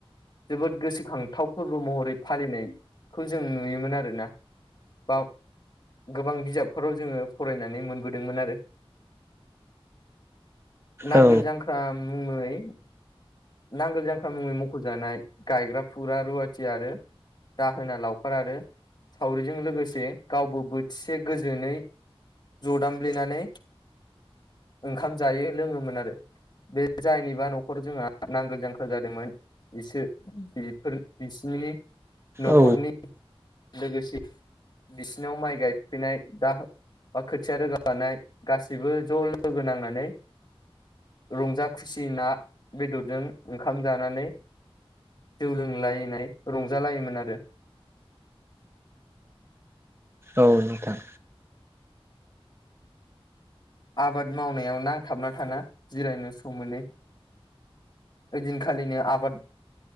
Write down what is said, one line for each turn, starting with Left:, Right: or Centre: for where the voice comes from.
Left: जोबोद गोसोखांथाव फोरबो महरै फालिनायखौ जों नुयोमोन आरोना बाव गोबां बिजाबफोराव जोङो फरायनानै मोनबोदोंमोन आरो नांगोल
Right: औ
Left: जांख्रा मुङै नांगोल जांख्रा मुङै मख'जानाय गायग्रा फुग्रा रुवाथि आरो दाहोना, लावखार आरो सावरिजों लोगोसे गावबो बो थिसे गोजोनै जदामब्लेनानै ओंखाम जायो लोङोमोन आरो बे जायनिबा न'खर जोंहा नांगोल जांखा जादोंमोन बिसोर बेफोर बिसिनि न'खरनि
Right: औ
Left: लोगोसे बिसिनाव माइ गाय फैनाय दा बा खोथिया रोगानाय गासैबो ज' लोगो नांनानै रंजा खुसि ना बेदरजों ओंखाम जानानै जौ लोंलायनाय रंजालायोमोन आरो
Right: औ नोंथां
Left: आबाद मावनायाव नांथाबना थाना जिरायनो सम मोनै ओइदिनखालिनो आबाद